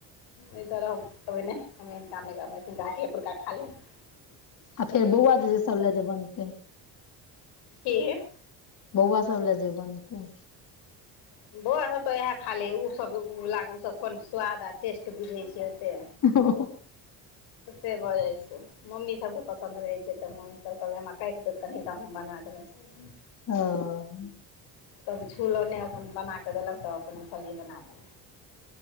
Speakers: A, on the left; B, on the left.
A: अइ तरफ कभी नै हम एहन काम नहि <inaudible> पुरखा खा लेब।
B: आ फेर बौआ जे सब ले जे बनतै।
A: की
B: बौआ सब ले जे बनतै।
A: बौआ सब त वोहा खाँ लै है उसभ उसभ कोन स्वाद आ टेस्ट बुझै छै ओते।
B: ओ
A: से भऽ जाइ छै। मम्मी सभकेँ पसन्द रहै छै त मम्मीसभ कहबै हमरा काटि देत कनी त हम बना देबै सब्जी।
B: ह
A: तब छुलौ नै अपन बना कऽ देलन तब अपन हम सब्जी बना देलौ।